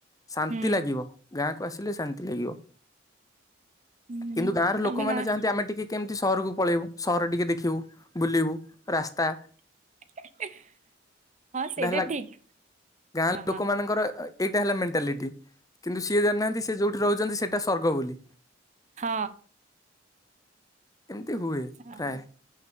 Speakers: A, on the left (about 20°); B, on the right (about 40°).
A: ଶାନ୍ତି
B: ହୁଁ।
A: ଲାଗିବ ଗାଁ କ ଆସିଲେ ଶାନ୍ତି ଲାଗିବ
B: ହୁଁ
A: କିନ୍ତୁ ଗାଁର
B: ତମେ
A: ଲୋକମାନୋନେ
B: ଗାଁ
A: ଚାହାନ୍ତି ଆମେ ଟିକେ କେମିତି ସହରକୁ ପଳେଇବୁ ସହର ଟିକେ ଦେଖିବୁ ବୁଲିବୁ ରାସ୍ତା।
B: <inaudible> ସେଇଟା
A: ଏଇଟା ହେଲା
B: ଠିକ୍
A: ଗାଁ
B: ହଁ ହଁ
A: ଲୋକମାନାନଙ୍କର ଏଇଟା ହେଲା ମେଣ୍ଟାଲିଟି କିନ୍ତୁ ସିଏ ଜାଣିନାହାନ୍ତି ସେ ଯୋଉଠି ରହୁଛନ୍ତି ସେଇଟା ସର୍ଗ ବୋଲି।
B: ହଁ।
A: ଏମିତି ହୁଏ
B: ହ
A: ପ୍ରାୟ